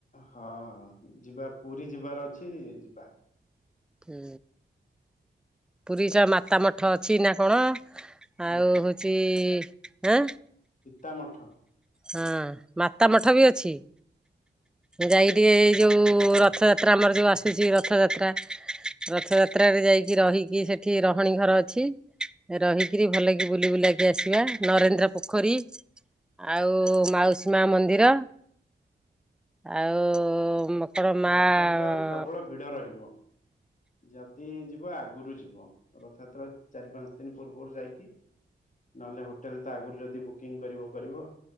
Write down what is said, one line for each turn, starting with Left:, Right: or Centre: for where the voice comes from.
Left: ହଁ ଯିବା ପୁରୀ ଯିବାର ଅଛି ଯିବା।
Centre: ହୁଁ ପୁରୀ ଚ ମାତା ମଠ ଅଛି ନା କଣ?
Left: ଉଁ
Centre: ଆଉ ହଉଛି ଆଁ?
Left: ତା ମଠ।
Centre: ହଁ ମାତା ମଠ ବି ଅଛି। ଯାଇ ଟିକେ, ଏଇ ଯଉ ରଥଯାତ୍ରା, ଆମର ଯଉ ଆସୁଛି ରଥଯାତ୍ରା। ରଥଯାତ୍ରାରେ ଯାଇକି ରହିକି ସେଠି ରହଣୀ ଘର ଅଛି ରହିକିରି ଭଲ କି ବୁଲି ବୁଲାକି ଆସିବା, ନରେନ୍ଦ୍ର ପୋଖରୀ ଆଉ, ମାଉସୀ ମା ମନ୍ଦିର, ଆଉ <unintelligible>
Left: ରଥଯାତ୍ରା ଆଉ ପ୍ରବଳ ଭିଡ ରହିବ ଯଦି ଯିବ ଆଗରୁ ଯିବ, ରଥଯାତ୍ରା ଚାରି ପାଞ୍ଚ ଦିନ ପୂର୍ବରୁ ଯାଇକି, ନହେଲେ ହୋଟେଲ ତା ଆଗରୁ ଯଦି ବୁକିଂ କରିବ, କରିବ।